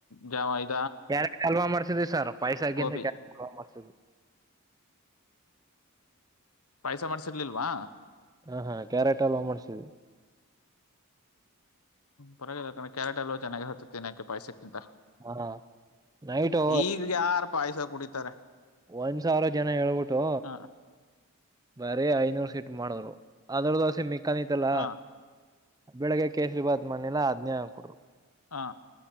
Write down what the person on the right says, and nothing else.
ಕ್ಯಾರೆಟ್ ಅಲ್ವಾ ಮಾಡ್ಸಿದ್ವಿ ಸರ್ ಪೈಸಾಗಿಂತ
ಕ್ಯಾರೆ ಕಲ್ ಮಾಡ್ಸಿದ್ವಿ
ಹಾ ಹಾ ಕ್ಯಾರೆಟ್ ಹಲ್ವಾ ಮಾಡ್ಸವಿ
ಹಾ ನೈಟು
ಒಂದ್ ಸಾವಿರ ಜನ ಹೇಳ್ಬಿಟ್ಟು
ಬರೀ ಐನೂರು ಸೀಟ್ ಮಾಡಿದ್ರು ಅದ್ರ ದೋಸೆ ಮಿಕಾನಿತ್ ಅಲ್ಲ
ಬೆಳಗ್ಗೆ ಕೇಸರಿ ಭಾತ್ ಮಣ್ಣಿಲ್ಲ ಅದ್ನೇ ಆಾಕಟ್ರು